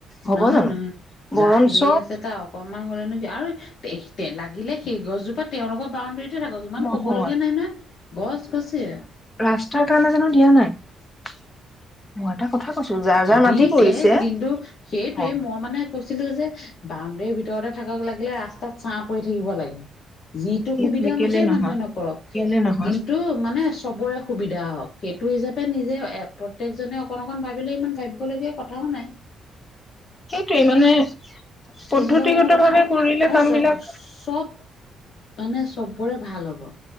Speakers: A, on the left; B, on the left.
A: হ'ব
B: নহয়
A: জানো
B: নহয়,
A: বৰঞ্চ
B: যাৰ ঢেৰ আছে তাৰ অকমান গলেনো কি আৰু লাগিলে সেই গছজোপা তেওঁলোকৰ বাউণ্ডেৰী তে থাকক ইমান
A: নহয়
B: ক'বলগীয়া নাই নহয় গছ গছে।
A: ৰাস্তাৰ কাৰণে জানো দিয়া নাই। মই এটা কথা কৈছো যাৰ যাৰ
B: দিছে
A: মাটি কৰিছে
B: কিন্তু সেইটোৱে
A: অ
B: মই মানে কৈছিলো যে বাউণ্ডৰীৰ ভিতৰতে থাকক লাগিলে, ৰাস্তাত ছাঁ পৰি থাকিব লাগে। যিটো
A: সেইটোৱে
B: সুবিধা
A: কেলে
B: মতেই
A: নহয়
B: মানুহে নকৰক
A: কেলে নহয়
B: কিন্তু মানে চবৰে সুবিধা হওঁক সেইটো হিচাপে নিজে প্ৰত্যেকজনে অকণ অকণ ভাৱিলে ইমান ভাৱিবলগীয়া কথাও নাই।
A: সেইটোৱে মানে পদ্ধতিগত
B: তেনেকুৱা ধৰণৰ কথা
A: ভাৱে
B: আৰু
A: কৰিলে
B: আৰু
A: কাম
B: চব-চব
A: বিলাক
B: মানে চবৰে ভাল হ'ব।